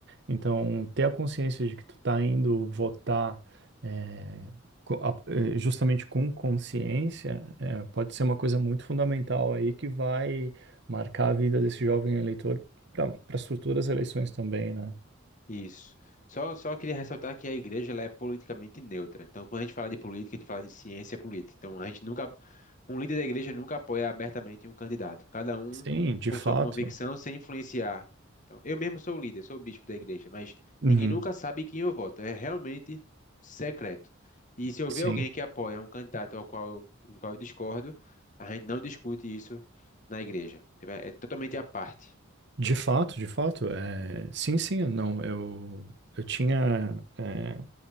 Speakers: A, on the right (about 55°); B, on the left (about 40°).
A: Então, ter a consciência de que tu tá indo votar é, co- a- é, justamente com consciência é, pode ser uma coisa muito fundamental aí que vai marcar a vida desse jovem eleitor para as futuras eleições também, né?
B: Isso. Só, só queria ressaltar que a igreja ela é politicamente neutra. Então, quando a gente fala de política, a gente fala de ciência política. Então, a gente nunca, um líder da igreja nunca apoia abertamente um candidato. Cada um
A: Sim, de
B: com
A: fato.
B: sua convicção, sem influenciar. Então, eu mesmo sou o líder, sou o bispo da igreja, mas
A: Uhum,
B: ninguém nunca sabe quem eu voto. É realmente secreto. E se eu ver
A: sim.
B: alguém que apoia um candidato ao qual eu, do qual eu discordo, a gente não discute isso na igreja. Tipo, É é totalmente à parte.
A: De fato, de fato. É... Sim, sim, não. Eu, eu tinha é,